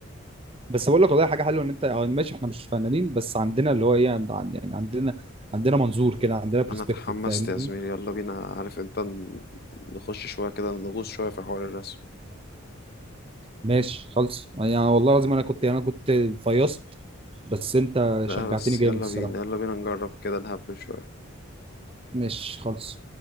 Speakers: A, on the right; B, on the left.
A: بس بقول لك والله حاجة حلوة ان انت اه ماشي احنا مش فنانين بس عندنا اللي هو ايه عند- عن- يعني عندنا عندنا منظور كده عندنا برسبكتيف
B: انا تحمست
A: فاهمني
B: يا زميلي يلا بينا عارف انت ن- نخش شوية كده نغوص شوية في حوار الرسم
A: ماشي خالص يعني والله العظيم انا كنت يعني انا كنت فيصت بس انت شجعتني
B: ده بس
A: جامد
B: يلا
A: الصراحة
B: بينا يلا بينا نجرب كده نهبل شوية
A: ماشي خالص